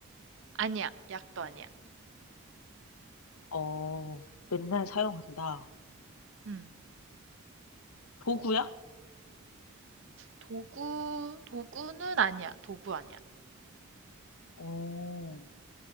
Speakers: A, on the right; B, on the left.
A: 아니야. 약도 아니야.
B: 어, 맨날 사용한다.
A: 음.
B: 도구야?
A: 도구, 도구는 아니야. 도구 아니야.
B: 어,